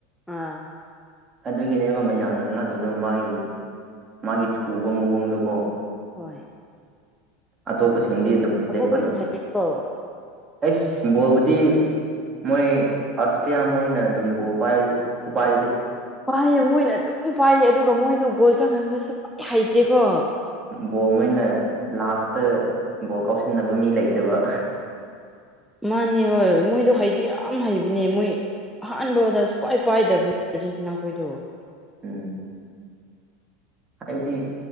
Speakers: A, in the centre; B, on the right.
A: ꯑꯥ
B: ꯑꯗꯨꯒꯤꯅꯦꯕ ꯃꯌꯥꯝꯅ ꯉꯛꯏꯗꯣ ꯃꯥꯒꯤ ꯃꯥꯒꯤ ꯊꯨꯕ ꯃꯑꯣꯡꯗꯨꯀꯣ
A: ꯍꯣꯏ
B: ꯑꯇꯣꯞꯄꯁꯤꯡꯗꯤ ꯑꯗꯨꯝ ꯂꯦꯞ
A: ꯀꯣꯏꯁꯨ ꯍꯥꯏꯣ
B: ꯑꯩꯁ ꯕꯣꯜꯕꯨꯗꯤ ꯃꯣꯏ ꯑꯁꯇꯔꯤꯂꯤꯌꯥ ꯃꯣꯏ ꯑꯣꯏꯅ ꯑꯗꯨꯝ ꯕꯣꯜ ꯄꯥꯏ ꯈꯨꯥꯏ
A: ꯄꯥꯏꯌꯦ ꯃꯣꯏꯅ ꯑꯗꯨꯝ ꯄꯥꯏꯌꯦ ꯑꯗꯨꯒ ꯃꯣꯏꯗ ꯒꯣꯜ ꯆꯪꯍꯟꯕꯁꯨ ꯍꯥꯏꯩꯇꯦꯀꯣ
B: ꯕꯣꯜꯉꯩꯅ ꯂꯥꯁꯇ ꯕꯣꯜ ꯀꯥꯎꯁꯤꯟꯅꯕ ꯃꯤ ꯂꯩꯇꯕ
A: ꯃꯥꯅꯦ ꯍꯣꯏ ꯃꯣꯏꯗꯣ ꯍꯩꯗꯤ ꯌꯥꯝ ꯍꯩꯕꯅꯦ ꯃꯣꯏ ꯑꯍꯥꯟꯕꯗ ꯁꯨꯄꯥꯏ ꯄꯥꯏꯗꯕꯅꯦ ꯑꯥꯔꯖꯦꯟꯇꯤꯅꯥꯈꯣꯏꯗꯣ
B: ꯎꯝ ꯍꯥꯏꯕꯗꯤ